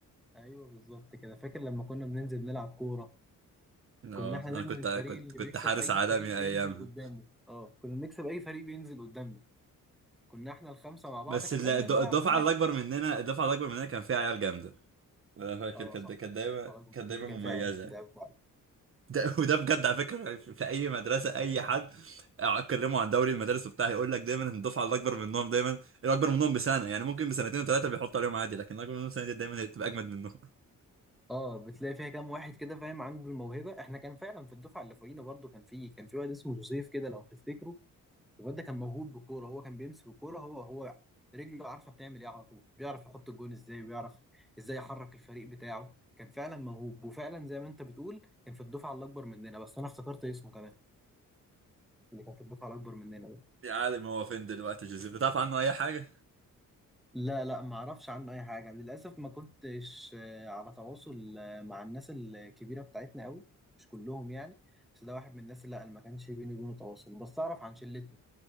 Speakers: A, in the centre; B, on the right (about 40°).
A: ايوه بالظبط كده فاكر لما كنا بننزل نلعب كوره
B: اه
A: كنا احنا
B: انا
A: دايما
B: كنت
A: الفريق
B: كنت
A: اللي
B: كنت
A: بيكسب
B: حارس
A: اي
B: عالمي
A: فريق بينزل
B: ايامها
A: قدامه اه كنا بنكسب اي فريق بينزل قدامنا كنا احنا الخمسه مع بعض
B: بس
A: كان
B: ال-
A: دايما
B: الد-
A: الملعب
B: الدفعه
A: خماسي
B: الاكبر مننا الدفعه الاكبر مننا كان فيها عيال جامده انا فاكر
A: اه
B: كانت
A: صح
B: كانت دايما
A: خلاص
B: كانت دايما
A: دي كان
B: مميزه
A: فعلا ده أوي فعلا.
B: ده <laughs> وده بجد على فكره في في اي مدرسه اي حد اكلمه عن دوري المدارس وبتاع هيقول لك دايما ان الدفعه الاكبر منهم دايما الاكبر منهم بسنه يعني ممكن بسنتين وثلاثه بيحطوا عليهم عادي لكن الاكبر منهم سنه دايما بتبقى اجمد منهم
A: اه بتلاقي فيها كام واحد كده فاهم عنده الموهبه احنا كان فعلا في الدفعه اللي فوقينا برضو كان في كان في واحد اسمه جوزيف كده لو تفتكره الواد ده كان موهوب بالكوره هو كان بيمسك الكوره هو هو رجله عارفه بتعمل ايه على طول بيعرف يحط الجون ازاي ويعرف ازاي يحرك الفريق بتاعه كان فعلا موهوب وفعلا زي ما انت بتقول كان في الدفعه الاكبر مننا بس انا افتكرت اسمه كمان اللي كان في الدفعه الاكبر مننا ده
B: <laughs> يا عالم هو فين دلوقتي جوزيف بتعرف عنه اي حاجه
A: لا لا ما اعرفش عنه اي حاجه للاسف ما كنتش آه، على تواصل آه، مع الناس الكبيره بتاعتنا قوي مش كلهم يعني بس ده واحد من الناس اللي لا اللي ما كانش بيني وبينه تواصل بس اعرف عن شلتنا